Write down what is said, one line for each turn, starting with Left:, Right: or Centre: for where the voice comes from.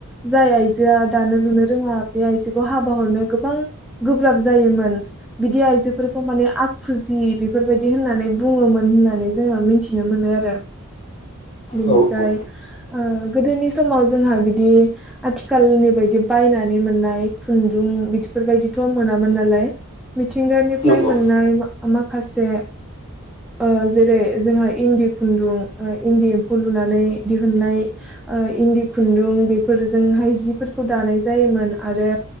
Centre: जाय आइजोआ दानो लुनो रोङा बे आइजोखौ हाबा हरनो गोबां गोब्राब जायोमोन आरो बिदि आइजोफोरखौ माने आखुजि बेफोरबायदि होननानै बुङोमोन होननानै जोङो मिथिनो मो नो आरो बिनिफ्राय
Left: औ औ
Centre: गोदोनि ओ समाव जोंहा बिदि आथिखालनि बायदि बायनानै मोननाय खुन्दुं बिदिफोरबायदिथ' मोनामोन नाला य मिथिंगानिफ्राय
Left: नंगौ
Centre: मोननाय माखासे ओ जेरै जोंहा इन्दि खुन्दुं ओ इन्दि एम्फौ लुनानै दिहुननाय ओ इन्दि खुन्दुं बेफोरजोंहाय जिफोरखौ दानाय जायोमोन आरो‌